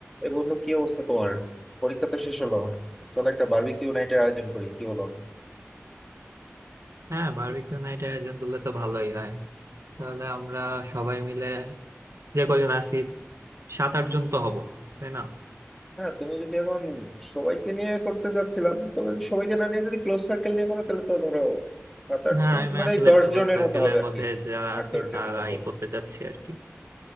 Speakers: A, in the centre; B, on the right.
A: এ বন্ধু কি অবস্থা তোমার পরীক্ষা তো শেষ হলো চলো একটা বারবিকিউ নাইটের আয়োজন করি কি বলো
B: হ্যাঁ বারবিকিউ নাইটের আয়োজন করলে তো ভালোই হয় তাহলে আমরা সবাই মিলে যে কজন আছি সাত আট জন তো হব তাই না
A: হ্যাঁ তুমি যদি এখন সবাইকে নিয়ে করতে চাচ্ছিলাম তবে যদি সবাইকে না নিয়ে যদি ক্লোজ সার্কেল নিয়ে করো তাহলে তো ধরো সাত আট
B: হ্যাঁ
A: জন
B: আমি
A: মানে
B: আসলে
A: ওই দশ
B: ক্লোজ
A: জনের
B: সার্কেলের
A: মতো হবে আর
B: মধ্যে
A: কি
B: যারা
A: আট
B: আছি
A: দশ
B: তারাই
A: জনের মতো
B: করতে চাচ্ছি আর কি